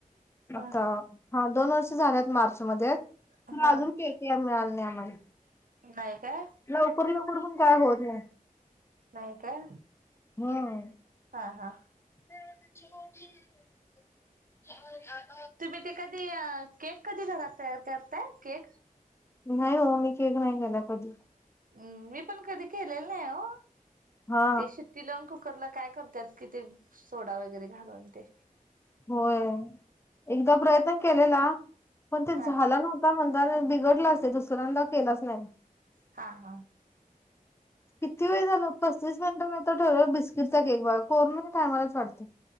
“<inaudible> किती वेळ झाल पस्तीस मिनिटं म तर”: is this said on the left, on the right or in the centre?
Left